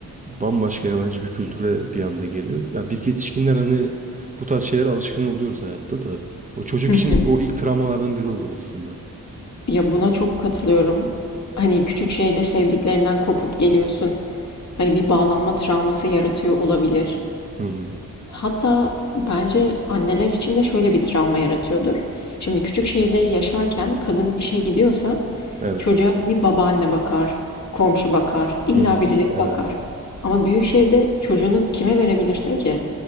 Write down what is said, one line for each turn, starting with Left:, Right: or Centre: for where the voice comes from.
Right: bambaşka yabancı bir kültüre bir anda geliyor. Ya biz yetişkinler hani bu tarz şeylere alışkın oluyoruz hayatta da. O çocuk
Left: Hı hı.
Right: için o ilk travmalardan biri oluyor aslında.
Left: Ya buna çok katılıyorum. Hani küçük şehirde sevdiklerinden kopup geliyorsun. Hani bir bağlanma travması yaratıyor olabilir.
Right: Hı hı.
Left: Hatta bence anneler için de şöyle bir travma yaratıyordur. Şimdi küçük şehirde yaşarken kadın işe gidiyorsa
Right: Evet.
Left: Çocuğa hani babaanne bakar, komşu bakar, illa
Right: Hı hı.
Left: birileri
Right: Evet.
Left: bakar. Ama büyük şehirde çocuğunu kime verebilirsin ki?